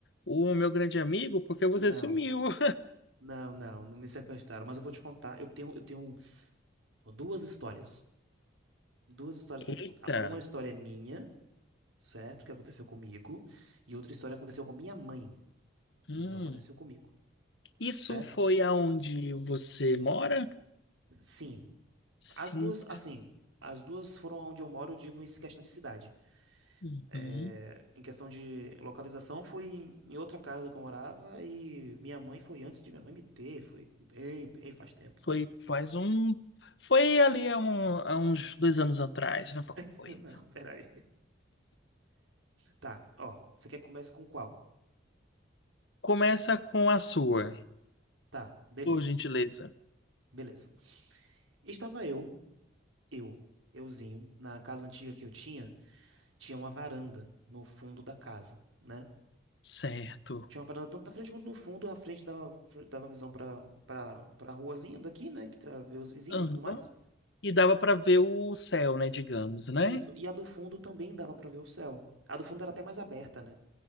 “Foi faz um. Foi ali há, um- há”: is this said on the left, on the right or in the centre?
Left